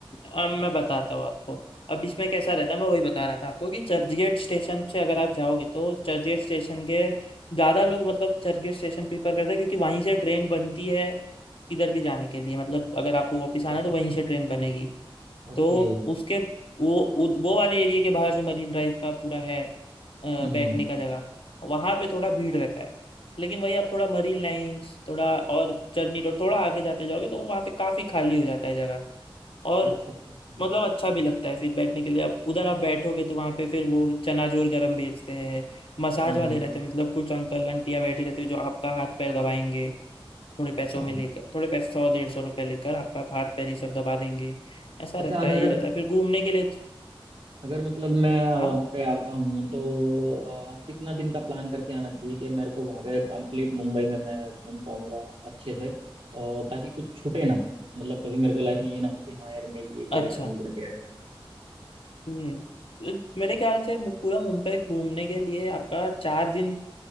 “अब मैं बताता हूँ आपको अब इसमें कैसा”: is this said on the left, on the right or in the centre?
Left